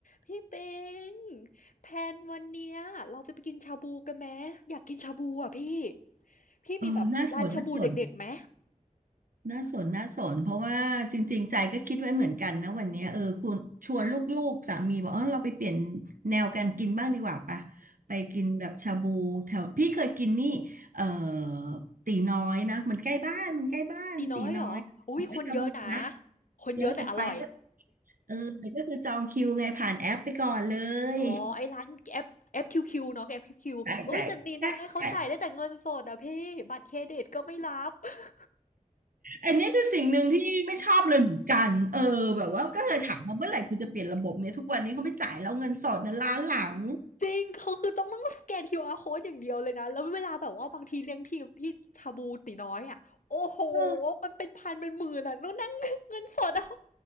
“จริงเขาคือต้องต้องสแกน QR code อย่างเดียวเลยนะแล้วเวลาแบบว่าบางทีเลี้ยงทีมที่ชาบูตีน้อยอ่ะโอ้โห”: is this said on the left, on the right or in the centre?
Left